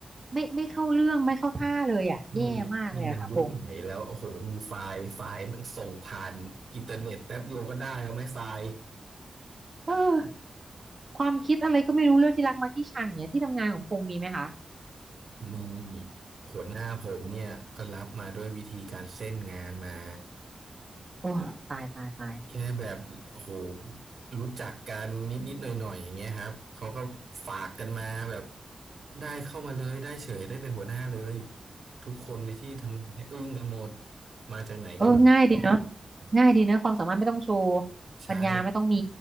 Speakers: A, on the right (about 25°); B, on the right (about 45°).
A: ไม่ไม่เข้าเรื่องไม่เข้าท่าเลยอ่ะแย่มากเลยอะค่ะพงษ์
B: นี่นี่มันยุคไหนแล้วโอ้โหมีไฟล์ไฟล์มันส่งผ่านอินเทอร์เน็ตแป๊บเดียวก็ได้แล้วไหมไฟล์
A: เออความคิดอะไรก็ไม่รู้เรื่องที่รักมักที่ชังอย่างเงี้ยที่ทำงานของพงษ์มีไหมคะ
B: มีหัวหน้าผมเนี่ยก็รับมาด้วยวิธีการเส้นงานมา
A: โอ้ตายตายตาย
B: แค่แบบโอ้โหรู้จักกันนิดนิดหน่อยหน่อยๆอย่างเงี้ยครับเขาก็ฝากกันมาแบบได้เข้ามาเลยได้เฉยได้เป็นหัวหน้าเลยทุกคนในที่ทำงานเนี่ยอึ้งกันหมดมาจากไหนก็ไม่
A: เออง่ายดีเนาะง่ายดีเนอะความสามารถไม่ต้องโชว์
B: ใช่
A: ปัญญาไม่ต้องมี